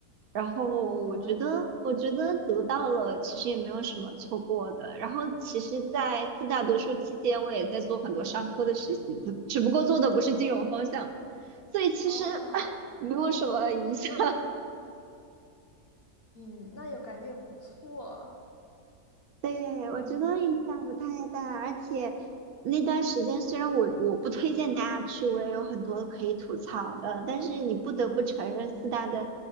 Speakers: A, on the right; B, on the left.
A: 然后我觉得，
B: 嗯哼，
A: 我觉得得到了，其实也没有什么错过的。然后其实，在四大读书期间，我也在做很多商科的实习，只只不过做的不是金融方向，所以其实
B: 哦，
A: <laughs> 没有什么影响。
B: 嗯，那有感觉也不错。
A: 对，我觉得影响不太大，
B: 嗯。
A: 而且那段时间虽然我我不推荐大家去，我也有很多可以吐槽的，但是你不得不承认，四大的